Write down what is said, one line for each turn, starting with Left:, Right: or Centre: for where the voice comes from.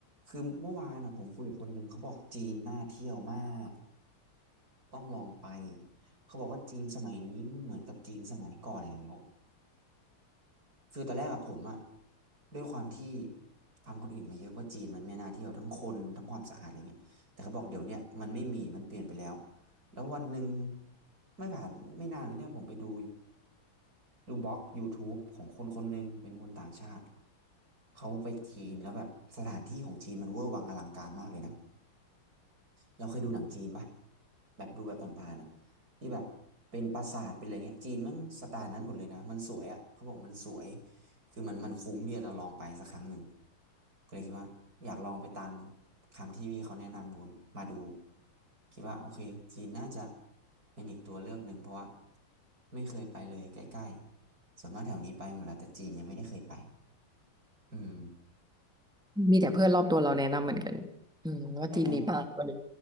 Right: คือเมื่อวานอ่ะผมคุยกับคนหนึ่งเขาบอกจีนน่าเที่ยวมากต้องลองไปเขาบอกว่าจีนสมัยนี้ไม่เหมือนกับจีนสมัยก่อนแล้ว คือตอนแรกอะผมอะด้วยความที่ฟังคนอื่นมาเยอะว่าจีนมันไม่น่าเที่ยวทั้งคนทั้งความสะอาดอะไรเงี้ยแต่เขาบอกเดี๋ยวเนี้ยมันไม่มีมันเปลี่ยนไปแล้วแล้ววันหนึ่งไม่ผ่านไม่นานเลยเนี่ยผมไปดูดูบล็อก YouTube ของคนคนหนึ่งเป็นคนต่างชาติเขาไปจีนแล้วแบบสถานที่ของจีนมันเวอร์วังอลังการมากเลยนะ เราเคยดูหนังจีนปะแบบดูแบบผ่านๆอ่ะที่แบบเป็นปราสาทเป็นอะไรเงี้ยจีนมันสไตล์นั้นหมดเลยนะมันสวยอ่ะเขาบอกมันสวยคือมันมันคุ้มที่จะลองไปสักครั้งหนึ่งก็เลยคิดว่าอยากลองไปตามคำที่พี่เขาแนะนำบูนมาดูคิดว่าโอเคจีนน่าจะเป็นอีกตัวเลือกหนึ่งเพราะว่าไม่เคยไปเลยใกล้ๆส่วนมากแถวนี้ไปหมดแล้วแต่จีนยังไม่ได้เคยไปอืม
Centre: <laughs> มีแต่เพื่อนรอบตัวเราแนะนำเหมือนกันอืมว่าจีนนี้ปากตอนนี้
Right: ใช่ไหม